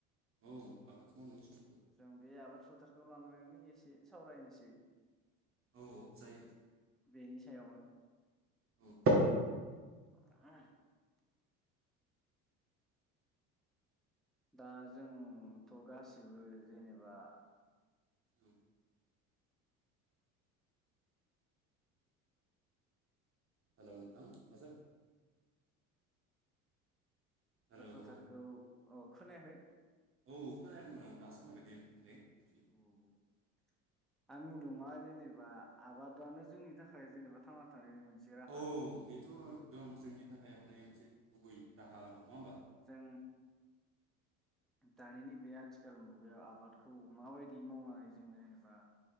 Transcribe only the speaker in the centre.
जों बे आबाद फोथारखौ लानानै एसे सावरायनोसै।
बेनि सायाव
<unintelligible> दा जोंथ गासिबो जेनेबा
फोथारखौ अ खोनायाखै?
<inaudible> आं बुंदों मा जेनेबा आबादानो जोंनि थाखाय जेनेबा थांना थानायनि मोनसे राहा
जों दानि न बे आथिखाल मुगायाव आबादखौ माबायदि मावनानै जों जेनेबा